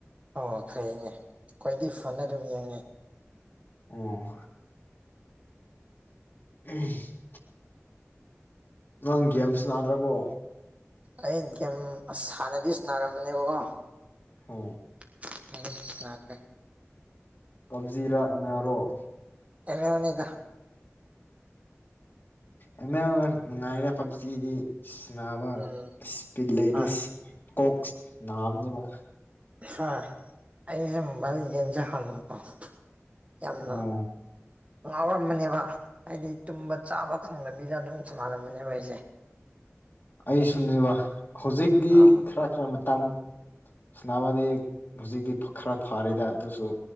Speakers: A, on the right; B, on the left.
A: ꯑꯣ ꯐꯩꯅꯦ ꯈ꯭ꯋꯥꯏꯗꯤ ꯐꯅ ꯑꯗꯨꯝ ꯌꯦꯡꯉꯦ
B: ꯑꯣꯝ <inaudible> ꯅꯪ ꯒꯦꯝ ꯁꯅꯥꯗ꯭ꯔꯕꯣ
A: ꯑꯩ ꯒꯦꯝ ꯁꯥꯟꯅꯗꯤ ꯁꯅꯥꯔꯝꯕꯅꯦꯕꯀꯣ
B: ꯍꯣ
A: <unintelligible> ꯌꯥꯇ꯭ꯔꯦ
B: ꯄꯞꯖꯤꯔꯥ ꯑ‌ꯦꯝꯃ‌ꯦꯜ ꯔ‌ꯣ
A: ꯑꯦꯝꯃ‌ꯦꯜ ꯅꯦꯗ
B: ꯎꯝ ꯑ ꯉꯥꯏꯔ ꯄꯞꯖꯤꯗꯤ ꯁꯅꯥꯕ
A: ꯎꯝ
B: ꯄꯤꯂꯗ
A: ꯍꯣꯏ
B: ꯀꯣꯛꯁ ꯅꯥꯕꯕ
A: ꯁꯥꯔ ꯑꯩꯁꯦ ꯃꯣꯕꯥꯏꯜ ꯑꯦꯖꯦꯟꯁꯦ ꯈꯥꯟꯅꯀꯣ ꯌꯥꯝꯅ
B: ꯑꯣ
A: ꯉꯥꯎꯔꯝꯕꯅꯦꯕ ꯍꯥꯏꯗꯤ ꯇꯨꯝꯕ ꯆꯥꯕ ꯈꯪꯗꯕꯤꯗ ꯑꯗꯨꯝ ꯁꯥꯟꯅꯔꯝꯕꯅꯦꯕ ꯑꯩꯁꯦ
B: ꯑꯩ ꯁꯨꯝꯅꯦꯕ ꯍꯧꯖꯤꯛꯀꯤ
A: ꯑꯥ
B: ꯈꯔ ꯈꯔ ꯃꯇꯥꯡ ꯁꯁꯅꯥꯕꯥꯗ ꯍꯧꯖꯤꯛꯇꯤ ꯈꯔ ꯐꯥꯔꯦꯗ ꯑꯗꯨꯁꯨ